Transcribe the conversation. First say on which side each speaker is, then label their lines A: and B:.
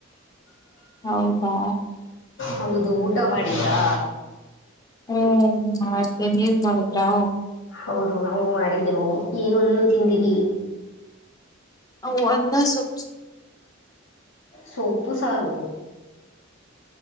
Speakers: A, on the left; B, on the left.
A: ಹೌದಾ
B: ಹೌದು ಊಟ ಮಾಡಿದ್ರಾ.
A: ಹ್ಮ್ ಮಾಡ್ದೆ ನೀವ ಮಾಡುದ್ರಾ.
B: ಹೌದು ನಾವು ಮಾಡಿದೆೆವು ಏನ ಅನ್ನು ತಿಂದಿರಿ.
A: ಅವ್ ಅನ್ನ ಸೊಪ್ ಸ್.
B: ಸೊಪ್ಪು ಸಾರು